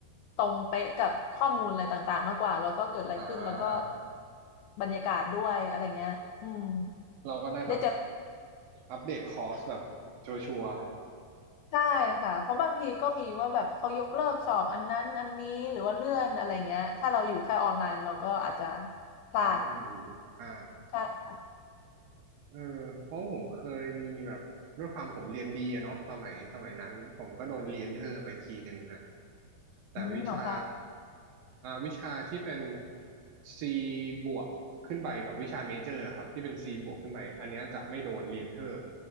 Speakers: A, on the left; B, on the right.
A: ตรงเป๊ะกับข้อมูลอะไรต่างๆมากกว่าแล้วก็เกิดอะไรขึ้นแล้วก็
B: อ่า
A: บรรยากาศด้วยอะไรเงี้ยอืม
B: เราก็ได้แบบ
A: ได้เจอ
B: อัปเดตคอร์สแบบชัวร์
A: ใช่ค่ะเพราะบางทีก็มีว่าแบบเขายกเลิกสอบอันนั้นอันนี้หรือว่าเลื่อนอะไรเงี้ยถ้าเราอยู่แค่ออนไลน์เราก็อาจจะ
B: ๆอ่าไม่อยู่
A: พลาด
B: อ่า
A: ใช่
B: เออเพราะผมเคยมีแบบด้วยความผมเรียนดีอะเนาะสมัยสมัยนั้นผมก็โดนเรียนเทอร์ไปทีหนึ่งฮะแต่วิชา
A: อืมเหรอคะ
B: อ่าวิชาที่เป็น C บวกขึ้นไปแบบวิชาเมเจอร์อครับที่เป็น C บวกขึ้นไปอันเนี้ยจะไม่โดนเรียนเทอร์